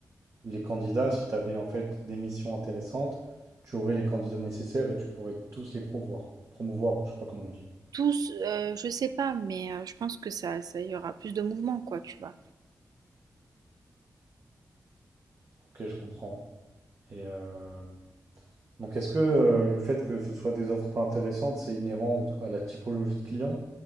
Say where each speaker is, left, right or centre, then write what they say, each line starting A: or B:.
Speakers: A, on the right (about 50°); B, on the right (about 75°).
A: les candidats, si tu avais en fait des missions intéressantes, tu aurais les candidats nécessaires et tu pourrais tous les promouvoir. Promouvoir, ou je sais pas comment on dit.
B: Tous, heu, je sais pas, mais heu, je pense que ça ça y aura plus de mouvement quoi, tu vois?
A: Ok, je comprends. Et euh, donc, est-ce que euh, le fait que ce soit des offres pas intéressantes, c'est inhérent au- à la typologie de clients?